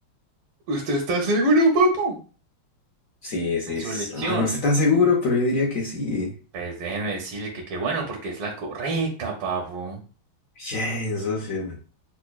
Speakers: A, on the right; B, on the left.
A: ¿Usted está seguro, papu?
B: Sí, sí,
A: De su
B: es-
A: elección.
B: ah, no estoy tan seguro, pero yo diría que sí.
A: Pues déjeme decirle que qué bueno, porque es la correcta, papu.
B: Bien, socio.